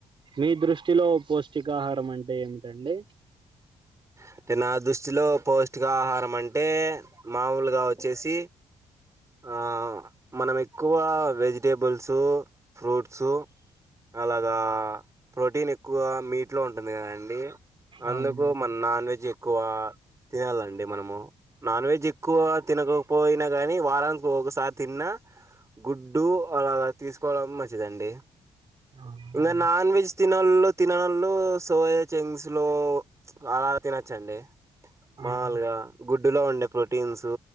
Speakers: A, on the right; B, on the right.
A: మీ దృష్టిలో పౌష్టికాహారం అంటే ఏమిటండి
B: అంటే నా దృష్టిలో పౌష్టికాహారం అంటే మామూలుగా వచ్చేసి ఆ మనము ఎక్కువ వెజిటేబుల్స్ ఫ్రూట్సు అలాగా ప్రోటీన్ ఎక్కువ మీట్ లో ఉంటుంది కదండి అందుకు
A: అవును
B: మ నా ఎక్కువ తినాలండి మనము నాన్ వెజ్ ఎక్కువ తినకు పోయిన గాని వారానికి ఒకసారి తిన్నా గుడ్డు అలాగా తీసుకోవడం మంచిదండి
A: అవునండి
B: ఇంకా నాన్ వెజ్ తిన ళు తిననలు సోయ చెంగ్స్లు <unintelligible> అలా తినచ్చండి
A: అవును
B: మాములుగా గుడ్డులో ఉండే ప్రోటీన్సు